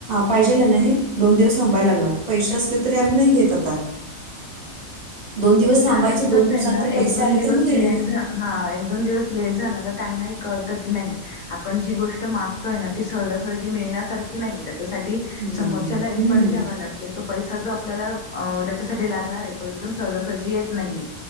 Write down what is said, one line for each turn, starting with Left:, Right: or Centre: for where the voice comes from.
Right: पाहिजे नाहीत, दोन दिवस थांबायला लागणार पैसे असले तरी आम्ही नाही घेत आता. दोन दिवस थांबायचं
Left: कारण
Right: दोन
Left: कसं
Right: दिवसां
Left: आहे ना
Right: नंतर
Left: एक
Right: पैसे
Left: दोन
Right: आले
Left: दिवस
Right: तर मग देणार.
Left: लेट झा हा, एक दोन दिवस लेट झाला तर त्यांनाही कळत की नाही आपण जी गोष्ट मागतोय ना ती सहजासहजी मिळण्यासारखी नाही त्याच्यासाठी
Right: नाही
Left: समोरच्याला एफट
Right: हम्म.
Left: घ्यावा लागतोय तो पैसा जो आपल्याला त्याच्यासाठी लागणार आहे तो एकदम सहजासहजी येत नाहीये